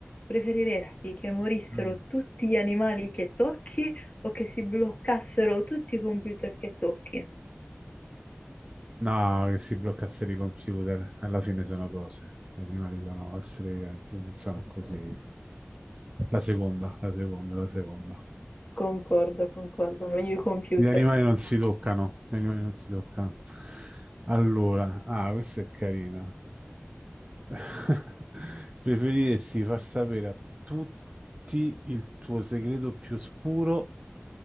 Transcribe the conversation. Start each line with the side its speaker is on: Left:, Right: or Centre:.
Left: preferiresti che morissero
Right: Mm.
Left: tutti gli animali che tocchi o che si bloccassero tutti i computer che tocchi?
Right: No, che si bloccassero i computer, alla fine sono cose, gli animali sono esseri viventi, non sono così. La seconda, la seconda, la seconda.
Left: Concordo, concordo, meglio i computer.
Right: Gli animali non si toccano, gli animali non si toccano. Allora, ah, questa è carina. <laughs> Preferiresti far sapere a tutti il tuo segreto più oscuro